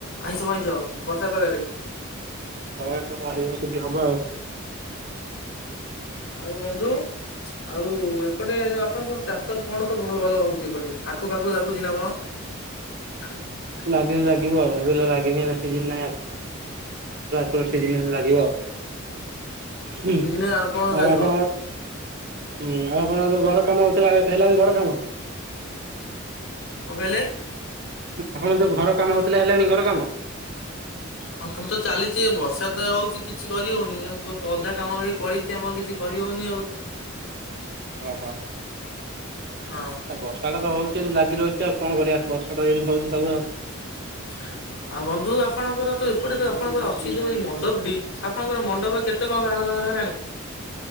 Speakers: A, on the left; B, on the right.
A: ଆଇଁଷ ଭଇଁଛ ଆଉ ବର୍ଷା ପାଗରେ।
B: ତହ ତ କ ହେଇିକ ହବ ଆଉ।
A: ଆଉ ବନ୍ଧୁ। ଆଉ ଏପଟେ ଯୋଉ ଆପଣଙ୍କର ଚାଷ କଣ ସବୁ ଭଲ ଭଲ ହଉୁଛି ଏପଟେ ଆଖୁ ପାଖୁ ଲାଗୁଛି ନା କଣ? <inaudible>
B: ଲାଗିନି ଲାଗିବ ଆଉ ଏବେ ଲାଗିନି ସି ନାଇଁ ପ ସିଜ ଲାଗିବ ଆଉ। ହୁଁ
A: ସିଜିନ ଆପଣଙ୍କ ଚାଲିବ।
B: ଆଉ ଆପଣ। ହୁଁ ଆଉ ଆପଣ ଯୋଉ ଘର କାମ ହଉଥିଲା ସରିଲାଣି ଘର କାମ?
A: <inaudible> କଣ କହିଲେ?
B: ଆପଣ ଯୋଉ ଘର କାମ ହଉଥିଲେ ହେଲେଣି ଘର କାମ?
A: ହଁ କାମ ତ ଚାଲିଛି ବର୍ଷା ତ ହଉଛି କିଛି କରିହଉନି ଅଧା କାମ ହେଇ ପଡି ଆମର କିଛି କରିହବନି ଆଉ।
B: ଓହୋ।
A: ହଁ।
B: ଆ ବର୍ଷାଟା ହଉଛି ଏମିତି ଲାଗି ରହୁଛି ଆଉ କଣ କରିବା ବର୍ଷା ଏମତି ହଉଛି ସବୁ ଆଉ।
A: <inaudible> ଆଉ ବନ୍ଧୁ ଆପଣଙ୍କର ତ ଏପଟେ ଯୋଉ ଆପଣଙ୍କର ଅଛି ଯୋଉ ଏଇ ମଣ୍ଡପଟି ଆପଣଙ୍କର ମଣ୍ଡପ କେତେ ଏତେ କଣ ବାହାଘର ହେଲାଣି?